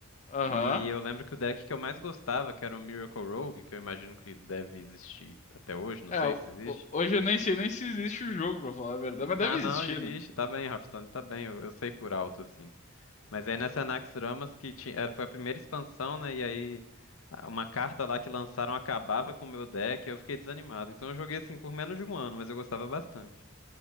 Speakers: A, on the left; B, on the left.
A: Aham.
B: E eu lembro que o deck que eu mais gostava, que era o Miracle Rogue, que eu imagino que deve existir até hoje, não
A: É,
B: sei
A: ho-
B: se existe.
A: hoje eu nem sei nem se existe o jogo, pra falar a verdade, mas
B: Ah,
A: deve existir,
B: não, existe.
A: né?
B: Tá bem, Hearthstone, tá bem. Eu, eu sei por alto, assim. Mas aí nessa Anaxramas, que tinha, eh, foi a primeira expansão, né? E aí a- uma carta lá que lançaram acabava com o meu deck, e eu fiquei desanimado. Então eu joguei, assim, por menos de um ano, mas eu gostava bastante.